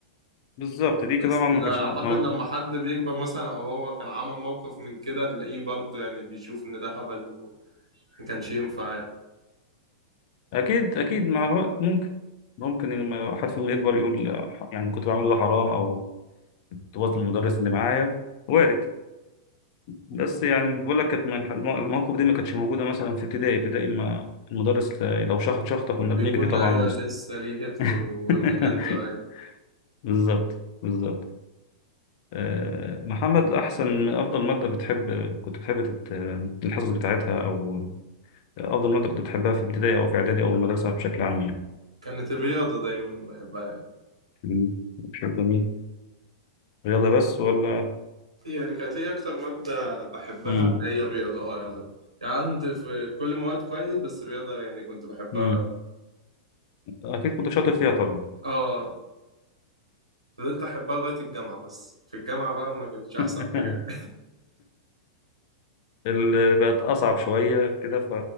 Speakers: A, on the left; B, on the right.
A: بالظبط دي كده
B: بس
A: طبعا ما
B: ده
A: كانتش
B: أعتقد
A: مو...
B: لما حد بيكبر مثلا أو هو كان عمل موقف من كده تلاقيه برضه يعني بيشوف إن ده هبل وما كانش ينفع
A: اكيد اكيد مع الوقت ممكن ممكن لما حد فيهم يكبر يقول يعني كنت بعمل ده حرام او طفولة المدرس اللي معايا وارد بس يعني بقول لك كانت من الح- الم- المواقف دي ما كانتش موجودة مثلا في ابتدائي ابتدائي ما المدرس لو شخط شخطة كنا
B: بيكون
A: بنجري طبعا
B: أيوة
A: ونست
B: لسه ليه هيبته
A: <laughs>
B: ومكانته أيوة
A: بالظبط بالظبط آه، محمد أحسن أفضل مادة بتحب كنت بتحب تت- الحصص بتاعتها أو أفضل مادة كنت بتحبها في ابتدائي أو في إعدادي أو المدرسة بشكل عام يعني
B: كانت الرياضة دايما بحبها يعني
A: مم. شيء جميل رياضة بس ولا
B: يعني كانت هي أكتر مادة بحبها
A: مم.
B: هي الرياضة اه يا ده يعني كنت في كل مواد كويس بس الرياضة يعني كنت بحبها
A: مم. أكيد كنت شاطر فيها طبعا
B: اه فضلت أحبها لغاية الجامعة بس في الجامعة بقى ما كانتش أحسن
A: <laughs>
B: حاجة
A: اللي بقت أصعب شوية كده ف